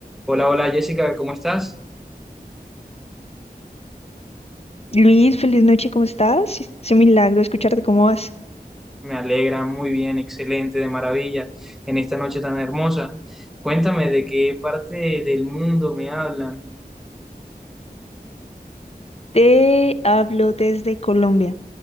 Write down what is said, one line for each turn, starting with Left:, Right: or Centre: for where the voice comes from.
Centre: Hola, hola Jessica, ¿cómo estás?
Left: Luis, feliz noche, ¿cómo estás? Es un milagro escucharte, ¿cómo vas?
Centre: Me alegra, muy bien, excelente, de maravilla, en esta noche tan hermosa. Cuéntame de qué parte del mundo me hablan.
Left: Te hablo desde Colombia,